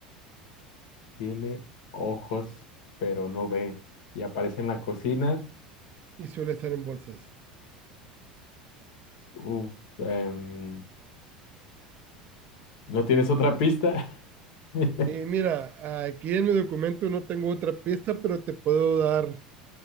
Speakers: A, on the left; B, on the right.
A: Tiene ojos, pero no ve. Y aparece en la cocina.
B: Y suele estar en bolsas.
A: Uf, em, ¿no tienes otra pista? <laughs>
B: Eh, mira, aquí en mi documento no tengo otra pista, pero te puedo dar